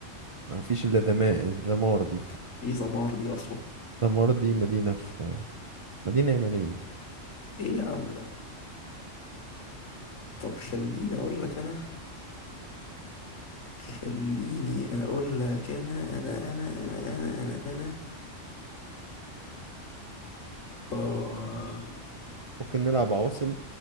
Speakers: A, on the right; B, on the left.
A: مفيش الا ذما- الذمار دي
B: ايه زمار دي اصلا
A: دمار دي مدينة في مدينة يمنية
B: ايه يا عم ده طب خليني اقول لك انا خليني اقول لك انا انا انا انا انا انا انا اه
A: ممكن نلعب عواصم